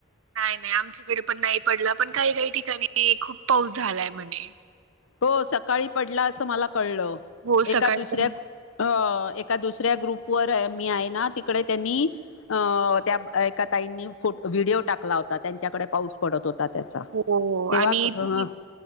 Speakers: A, on the right; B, on the left.
A: नाही नाही आमच्याकडे पण नाही पडला पण काही काही ठिकाणी खूप पाऊस झालाय म्हणे.
B: हो सकाळी पडला असं मला कळलं
A: हो
B: एका
A: सकाळी
B: दुसऱ्या
A: पण
B: अ एका दुसऱ्या ग्रुपवर मी आहे ना तिकडे त्यांनी अ त्या एका ताईंनी फुट व्हिडिओ टाकला होता त्यांच्याकडे पाऊस पडत होता त्याचा
A: हो
B: तेव्हा
A: आणि
B: क अ
A: ती